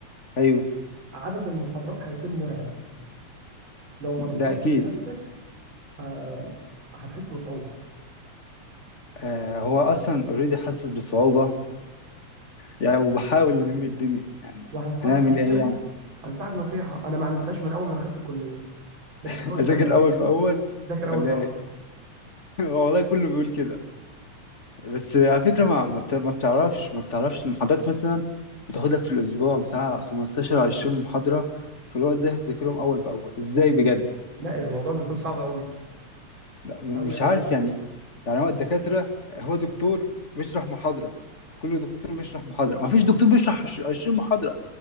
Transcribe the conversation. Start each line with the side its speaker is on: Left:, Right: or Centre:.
Left: ايوه
Right: عدد المحاضرات هيكون مرعب لو ما نظمتش
Left: ده اكيد
Right: نفسك آه، هتحس بصعوبه
Left: آه، هو اصلا اوريدي حاسس بصعوبه يعني وبحاول ألم الدنيا يعني
Right: وهنصحك
Left: هنعمل
Right: نصيحه
Left: إيه يعني
Right: هنصحك نصيحه انا ما عملتهاش من اول ما دخلت الكليه بس
Left: <laughs>
Right: حاول
Left: أذاكر
Right: تعملها
Left: أول بأول
Right: ذاكر اول
Left: ولا
Right: باول
Left: إيه <laughs> والله كله بيقول كده بس على فكرة ما ما بت- ما بتعرفش ما بتعرفش المحاضرات مثلا بتاخد لك في الأسبوع بتاع 15 20 محاضرة فاللي هو إزاي هتذاكرهم أول بأول إزاي بجد
Right: لا الموضوع بيكون صعب قوي
Left: لا م-
Right: قوي
Left: مش
Right: قوي
Left: عارف يعني يعني هو الدكاترة هو دكتور بيشرح محاضرة كل دكتور بيشرح محاضرة ما فيش دكتور بيشرح عش- 20 محاضرة